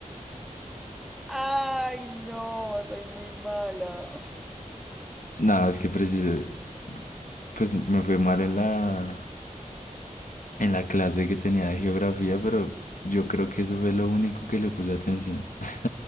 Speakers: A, in the centre; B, on the left (about 80°).
A: Ay, no, soy muy mala.
B: Nada, es que preciso, pues me fue mal en la, en la clase que tenía de geografía, pero yo creo que eso fue lo único que le puse atención. <laughs>